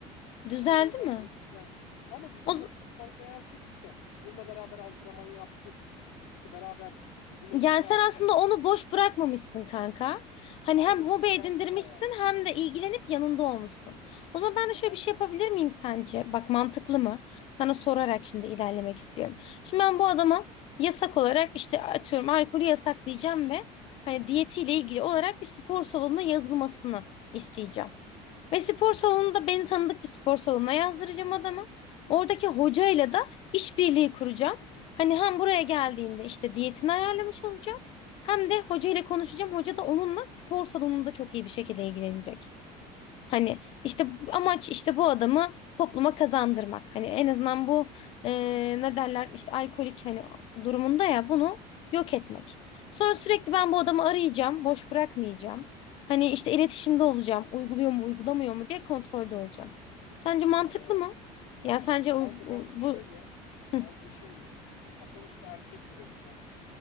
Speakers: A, on the left; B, on the left.
A: düzeldi
B: adam ondan
A: mi?
B: sonra düzeldi. Ama biz
A: O,
B: bunu fitness salonuna yazdırdık da bununla beraber antrenman yaptık. İşte beraber bizim eve
A: Yani
B: çağırdım.
A: sen aslında onu boş bırakmamışsın kanka. Hani
B: Aynen
A: hem hobi
B: ilgilendi
A: edindirmişsin
B: bayağı.
A: hem de ilgilenip yanında olmuşsun. O zaman ben de şöyle
B: Aynen.
A: bir şey yapabilir miyim sence? Bak mantıklı mı? Sana sorarak şimdi ilerlemek istiyorum. Şimdi ben bu adama yasak olarak işte atıyorum alkolü yasaklayacağım ve hani diyetiyle ilgili olarak bir spor salonuna yazılmasını isteyeceğim. Ve spor salonunda beni tanıdık bir spor salonuna yazdıracağım adamı. Oradaki hocayla da işbirliği kuracağım.
B: Hmm.
A: Hani hem buraya geldiğinde işte diyetini ayarlamış olacağım. Hem de hocayla konuşacağım. Hoca da onunla spor salonunda çok iyi bir şekilde ilgilenecek. Hani işte amaç işte bu adamı topluma kazandırmak. Hani en azından bu e, ne derler işte alkolik hani durumunda ya bunu yok etmek. Sonra sürekli ben bu adamı arayacağım, boş bırakmayacağım. Hani işte iletişimde olacağım, uyguluyor mu, uygulamıyor mu diye kontrolde olacağım. Sence mantıklı
B: He.
A: mı? Ya sence
B: Kanka
A: uy- u-
B: bence
A: bu
B: şöyle,
A: Hı.
B: bence şöyle. Ya sonuçta erkek bir danışan.